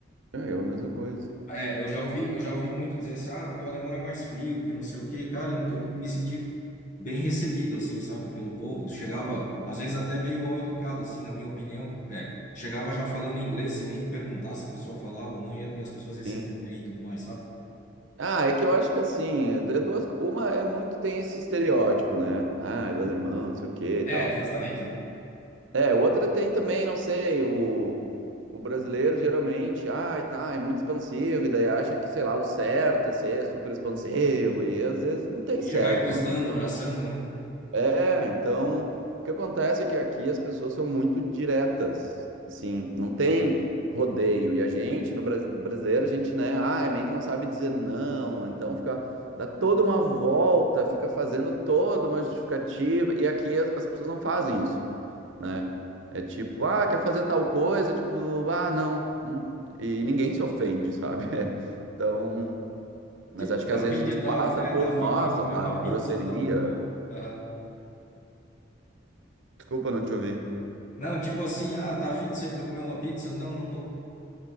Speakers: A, on the right (about 75°); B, on the left (about 40°).
A: é eu a mesma coisa.
B: É, eu já ouvi, eu já ouvi muito dizer assim, ah, porque o alemão é mais frio, porque não sei o quê. E, cara, eu me senti bem recebido, assim, sabe, pelo povo. Chegava, às vezes, até meio mal educado, assim, na minha opinião. É, chegava já falando inglês, sem nem perguntar se a pessoa falava ou não, e, e as pessoas recebiam
A: Sim.
B: bem e tudo mais, sabe?
A: Ah, é que eu acho que assim, é é duas, uma é muito tem esse estereótipo, né? Ah, do alemão, não sei o que e
B: É,
A: tal.
B: justamente, né?
A: É, outra tem também, não sei, o, o brasileiro geralmente, ah, tá, é muito expansivo, e daí acha que, sei lá, o certo é ser super expansivo, e às vezes não tem
B: E
A: certo,
B: chegar encostando,
A: né?
B: abraçando, né?
A: É, então, o que acontece é que aqui as pessoas são muito diretas, assim, não tem rodeio. E a gente, no Bras- brasileiro, a gente, né, ah, é meio que não sabe dizer não, então fica, dá toda uma volta, fica fazendo toda uma justificativa, e aqui as, as pessoas não fazem isso, né? É tipo, ah, quer fazer tal coisa, tipo, ah, não, hum, e ninguém se ofende, sabe? <laughs> Então, mas
B: Tipo,
A: acho que
B: tá
A: às vezes
B: a fim de
A: isso
B: dar,
A: passa
B: né?
A: por,
B: Tá a
A: nossa,
B: fim de comer
A: sabe,
B: uma
A: grosseria.
B: pizza? Não, não tô. Aham.
A: Desculpa não te ouvir.
B: Não, tipo assim, ah, tá a fim de ser pra comer uma pizza? Não, não tô.